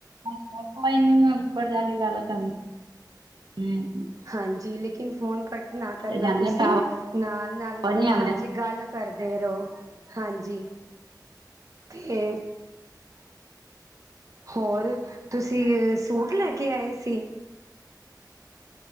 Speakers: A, on the right; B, on the right.
A: ਅੱਛਾ ਕੋਈ ਨੀ ਮੈਂ ਉੱਪਰ ਜਾ ਕੇ ਗੱਲ ਕਰ <inaudible>
B: ਹਾਂਜੀ ਲੇਕਿਨ ਫੋਨ ਕੱਟ ਨਾ ਕਰਨਾ
A: ਤੇ ਜਾਂਦੇ
B: ਤੁਸੀਂ
A: ਟਾਵਰ
B: ਨਾਲ-ਨਾਲ
A: ਨੀ ਆਂਦਾ
B: ਹਾਂਜੀ ਗੱਲ ਕਰਦੇ ਰੋ ਹਾਂਜੀ ਤੇ ਹੋਰ ਤੁਸੀਂ ਸੂਟ ਲੈ ਕੇ ਆਏ ਸੀ?